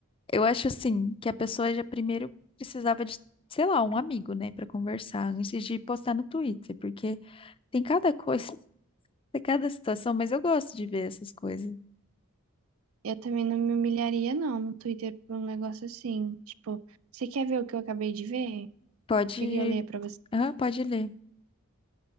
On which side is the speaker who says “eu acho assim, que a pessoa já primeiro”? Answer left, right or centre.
Left